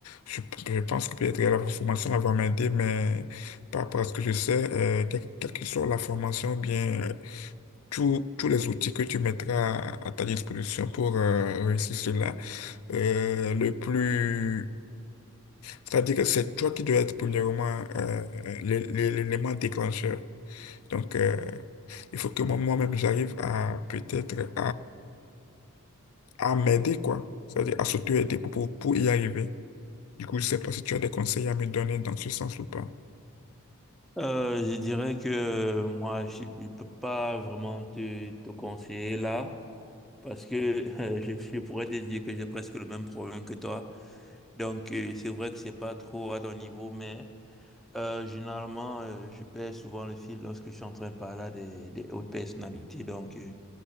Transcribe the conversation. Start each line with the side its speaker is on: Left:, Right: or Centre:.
Left: Je, je pense que peut-être la formation elle va m'aider, mais par rapport à ce que je sais, euh, quelle, quelle que soit la formation, bien euh, tous tous les outils que tu mettras à, à ta disposition pour euh, réussir cela, euh, le plus... C'est-à-dire que c'est toi qui dois être premièrement euh, l'é- l'é- l'élément déclencheur. Donc, euh, il faut que moi- moi-même, j'arrive à peut-être à m'aider, quoi. C'est-à-dire à s'auto-aider pour, pour, pour y arriver. Du coup, je ne sais pas si tu as des conseils à me donner dans ce sens ou pas.
Centre: Euh, je dirais que euh, moi, je ne peux pas vraiment te, te conseiller là, parce que <laughs> euh, je, je pourrais te dire que j'ai presque le même problème que toi. Donc, euh, c'est vrai que c'est pas trop à ton niveau, mais euh, généralement, euh, je perds souvent le fil lorsque je suis en train de parler à des, des hautes personnalités. Donc, euh,